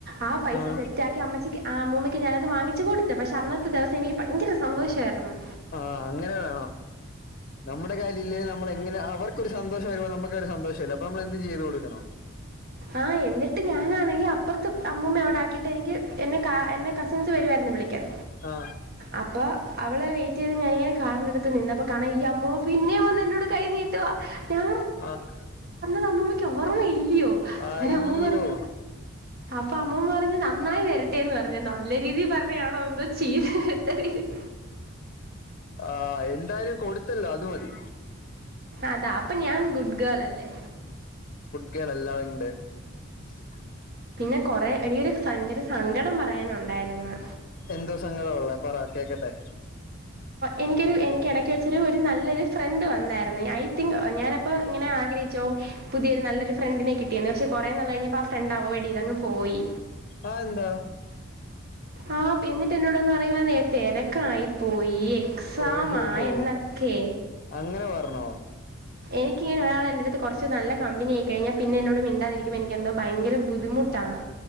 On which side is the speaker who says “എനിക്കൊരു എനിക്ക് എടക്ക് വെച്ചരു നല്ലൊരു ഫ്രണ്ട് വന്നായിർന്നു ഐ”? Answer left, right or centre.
Right